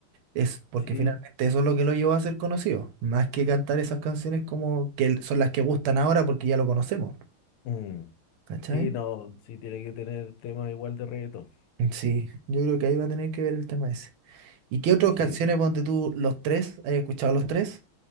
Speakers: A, on the right (about 75°); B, on the left (about 85°).
A: es, porque
B: sí,
A: finalmente eso es lo que lo llevó a ser conocido. Más que cantar esas canciones como que el- son las que gustan ahora porque ya lo conocemos,
B: mm,
A: ¿cachai?
B: sí, no, sí tiene que tener temas igual de reggaetón,
A: Sí, yo creo que ahí va a tener que ver el tema ese. ¿Y qué otras
B: sí,
A: canciones ponte tú los tres? ¿Has escuchado los tres?